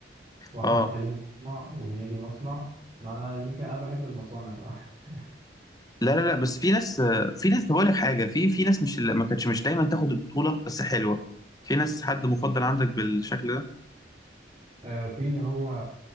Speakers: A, on the right (about 35°); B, on the left (about 20°).
A: واحمد
B: اه
A: حلمي مصنع وهنيدي مصنع ما انا يمكن انا بحب المصانع بقى <laughs>
B: لا لا لا بس في ناس في ناس بقول لك حاجة في في ناس مش ما كانتش مش دايما تاخد البطولة بس حلوة في ناس حد مفضل عندك بالشكل ده
A: آه، في اللي هو